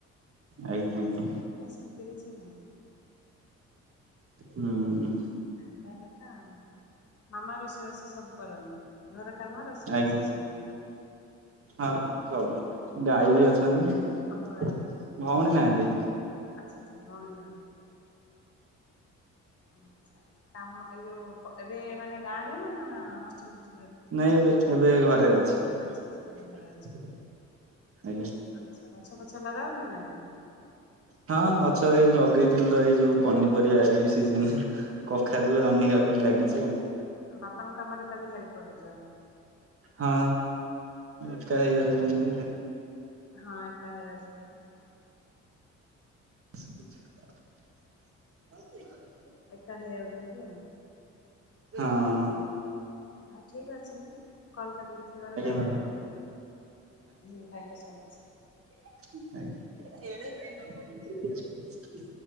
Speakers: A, on the right; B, on the left.
A: ଆଜ୍ଞା ଆଜ୍ଞା
B: ନାହିଁ ସେମିତି କିଛି ନାହିଁ।
A: ହୁଁ ହୁଁ।
B: ଏଇ ଭଳିଆ କଥା ଆଉ। ମାମା ରୋଷେଇବାସ ସବୁ କରନ୍ତିୁ, ଘର କାମ ରୋଷେଇବାସ
A: ଆଜ୍ଞା
B: ସବୁ।
A: ହଁ ସବୁ। ଗାଈ
B: ଭଉଣୀ
A: ବି ଅଛନ୍ତି।
B: ଓହୋ ଭାଇ
A: ଭଉଣୀ ନାହାନ୍ତି।
B: ଆଚ୍ଛା ଆଚ୍ଛା ଭଉଣୀ ନାହାନ୍ତି। ଆଚ୍ଛା କାମ ଏଇ ଯୋଉ ଏବେ ମାନେ ଗାଁରେ ନା ନା ହଷ୍ଟେଲ ଫ
A: ନାଇଁ ଏବେ ଏବେ ଘରେ ଅଛି।
B: ଆଚ୍ଛା ଆଚ୍ଛା ବେଭେରା ଅଛି
A: ଆଜ୍ଞା।
B: ଆଚ୍ଛା ଗଛ ପଛ ଲଗାଅ ନା ନାଇଁ।
A: ହଁ, ଗଛ ଏଇ ଲଗେଇଥିଲୁ ତ, ଏଇ ଯୋଉ ପନିପରିବା ଏଇ ସିଜନ୍ କଖାରୁ, ଆନି, କାକୁଡି ଲାଗିଚି ଆଉ।
B: ବାପାଙ୍କ କାମରେ ତାହେଲେ ହେଲ୍ପ କରୁଚ?
A: ହଁ, ଏକା ହେଇଯାଉଚନ୍ତି।
B: ହଁ, ଏକା ହେଇଯାଉଚନ୍ତି ଆଉ।
A: ଆଛା ଆଛା <unintelligible>
B: ଏକା ହେଇଯାଉଚନ୍ତି ଆଉ।
A: ହଁ। ଆଜ୍ଞା
B: ହୁଁ, ହଉ ଠିକ୍ ଅଛି, କଲ୍ କରିଥିବାରୁ ଧନ୍ୟବାଦ।
A: ମ୍ୟାଡ଼ାମ
B: ହୁଁ, ଥ୍ୟାଙ୍କୟୁ ସୋ ମଚ୍।
A: <unintelligible>